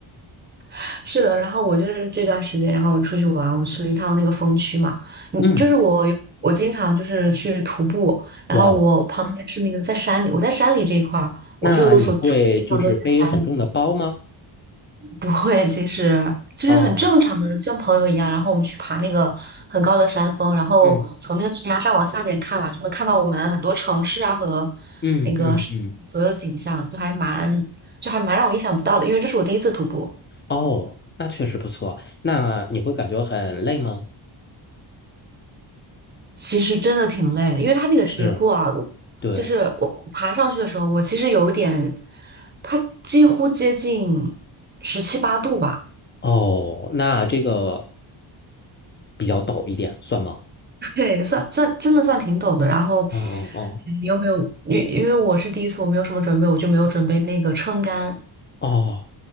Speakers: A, on the right; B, on the left.
A: <laughs> 是的。然后我就是这段时间，然后我出去玩，我去了一趟那个风区嘛，嗯，
B: 嗯，
A: 就是我有我经常就是去徒步，然后我旁边是那个在山里，
B: 哇哦，
A: 我在山里这一块儿，我就所住的地方都是在山里。
B: 那你会就是背很重的包吗？
A: 不会，其实就是很正常嗯的，
B: 啊，
A: 像朋友一样。然后我们去爬那个很高的山峰，然后从那个悬崖上往下面看嘛，
B: 嗯
A: 就能看到我们很多城市啊和
B: 嗯嗯嗯。
A: 那个是所有景象，就还蛮就还蛮让我意想不到的。因为这是我第一次徒步，
B: 哦，那确实不错。那你会感觉很累吗？
A: 其实真的挺累的，因为它那个斜坡啊，
B: 是，对。
A: 就是我爬上去的时候，我其实有一点，它几乎接近十七八度吧。
B: 哦，那这个比较陡一点，算吗？
A: 对，算算真的算挺陡的。然后
B: 嗯嗯嗯，
A: 嗯你有没有？因为因为我是第一次，我没有什么准备，我就没有准备那个撑杆。
B: 哦，